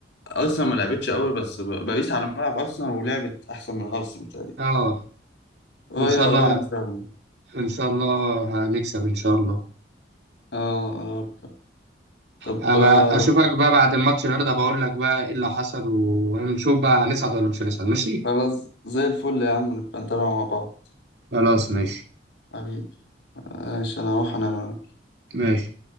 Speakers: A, on the left; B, on the right.
A: ارسنال ما لعبتش قوي بس ب- باريس على ملعب ارسنال ولعبت احسن من ارسنال تقريبا
B: اه
A: رايا
B: ان شاء الله
A: رايا فعلا
B: ان شاء الله هنكسب ان شاء الله
A: اه آه، طب
B: ابقى
A: آه،
B: اشوفك بقى بعد الماتش النهارده بقول لك بقى ايه اللي حصل وهنشوف بقى هنصعد ولا مش هنصعد ماشي
A: خلاص زي الفل يا عم نبقى نتابع مع بعض
B: خلاص ماشي
A: حبيبي ماشي انا هروح انام أنا.
B: ماشي